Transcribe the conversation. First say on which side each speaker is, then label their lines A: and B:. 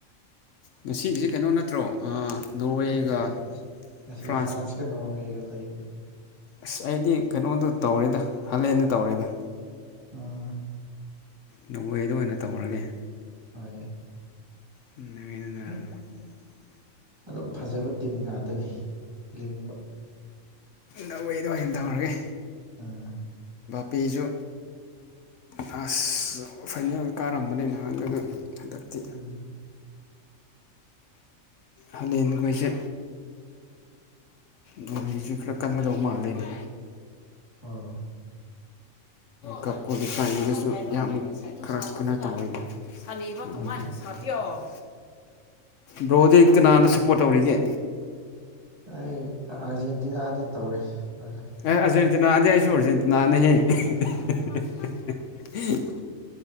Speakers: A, on the left (about 70°); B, on the right (about 20°).
A: ꯉꯁꯤꯒꯤꯁꯦ ꯀꯩꯅꯣ ꯅꯠꯇ꯭ꯔꯣ ꯑ ꯅꯣꯔꯋꯦꯒ
B: ꯉꯁꯤ ꯉꯁꯤ
A: ꯐ꯭ꯔꯥꯟꯁ
B: ꯐ꯭ꯔꯥꯟꯁꯀ ꯅꯣꯔꯋꯦꯒ ꯂꯩꯕꯅꯤ
A: ꯑꯁ ꯑꯩꯗꯤ ꯀꯩꯅꯣꯗꯣ ꯇꯧꯔꯦꯗ ꯍꯜꯂꯦꯟꯗ ꯇꯧꯔꯦꯗ
B: ꯑꯥ
A: ꯅꯨꯡꯋꯦ ꯗ ꯑꯣꯏꯅ ꯇꯧꯔꯒꯦ
B: ꯍꯣꯏ
A: ꯑꯟꯏꯟꯇꯦꯜꯂꯤꯖꯦꯕꯜ
B: ꯑꯦ ꯑꯗꯨꯝ ꯐꯖꯕ ꯇꯤꯝ ꯉꯥꯛꯇꯅꯤ ꯂꯤꯡꯕ
A: ꯅꯣꯔꯋꯦ ꯗ ꯑꯣꯏꯅ ꯇꯧꯔꯒꯦ
B: ꯑ
A: ꯄꯦꯁꯨ ꯂꯥꯁ ꯐꯥꯏꯅꯦꯜꯏ ꯀꯥꯔꯝꯕꯅꯦ ꯅꯍꯥꯟ ꯑꯗꯨ ꯍꯟꯗꯛꯇꯤ
B: ꯎꯝ
A: ꯍꯂꯦꯟꯈꯣꯏꯁꯦ ꯕꯨꯕꯤꯁꯤ ꯈꯔ ꯀꯟꯒꯗꯧ ꯃꯥꯜꯂꯦꯅꯦ
B: ꯑꯥ
A: ꯀꯞ ꯀ꯭ꯋꯥꯂꯤꯐꯥꯏꯒꯁꯨ ꯌꯥꯝ ꯈꯔ ꯀꯩꯅꯣ ꯇꯧꯋꯤꯅꯤ ꯑꯟꯏꯟꯇꯦꯜꯂꯤꯖꯦꯕꯜ
B: ꯑꯥ
A: ꯕ꯭ꯔꯣꯗꯤ ꯀꯅꯥꯇ ꯁꯞꯄꯣꯔꯠ ꯇꯧꯔꯤꯒꯦ
B: ꯑꯩ ꯑꯥꯔꯖꯦꯟꯇꯤꯅꯥꯗ ꯇꯧꯔꯤ ꯐꯔꯦ
A: ꯑꯦ ꯑꯥꯔꯖꯦꯟꯇꯤꯅꯥꯗꯤ ꯑꯩꯁꯨ ꯑꯔꯖꯦꯟꯇꯤꯅꯥꯅꯤꯍꯦ ꯑꯍꯍꯍ
B: ꯑꯥ
A: ꯍꯍ